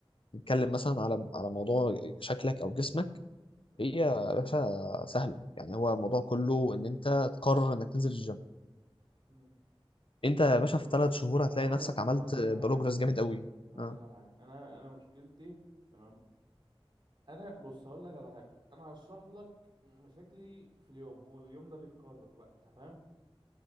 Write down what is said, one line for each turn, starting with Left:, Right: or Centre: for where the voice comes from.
Left: تتكلم مثلا على على موضوع شكلك او جسمك
Right: مم.
Left: هي يا باشا سهله يعني هو الموضوع كله ان انت تقرر انك تنزل الجيم
Right: مم.
Left: انت يا باشا
Right: بص
Left: في ثلاث شهور هتلاقي
Right: هقول
Left: نفسك
Right: لك
Left: عملت
Right: هقول لك على
Left: بروجرس
Right: حاجه
Left: جامد قوي
Right: هقول
Left: اه
Right: لك على حاجه انا انا مشكلتي تمام انا بص هقول لك على حاجه انا هشرح لك مشاكلي في اليوم هو اليوم ده بيتكرر بقى انت فاهم